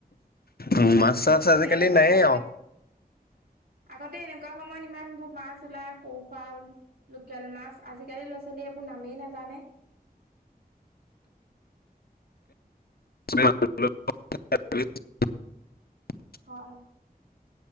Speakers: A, on the left; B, on the right.
A: উম মাছ চাছ
B: আগতে
A: আজিকালি
B: এনেকুৱা
A: নাইয়ে
B: সময়ত
A: আৰু
B: আগতে এনেকুৱা সময়ত ইমান বোৰ মাছ ওলাই সৰু সুৰা লোকেল মাছ, আজিকালি ল'ৰা ছোৱালীয়ে এইবোৰ নামেই নাজানে
A: <inaudible>
B: হয়